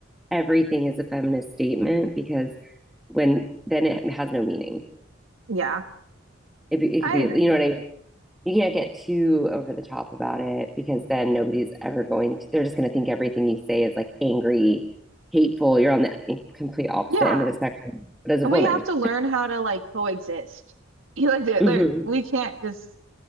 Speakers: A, in the centre; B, on the right.
A: everything is a feminist statement because when then it has no meaning.
B: yeah.
A: It, it
B: I
A: could be,
B: agree.
A: you know what I mean? You can't get too over the top about it because then nobody's ever going to, they're just going to think everything you say is like angry, hateful. You're on the eh, complete opposite
B: Yeah,
A: end of the spectrum, but as
B: and
A: a woman.
B: we have to learn how to like coexist. <laughs> You like they're,
A: hmm
B: they're, we can't just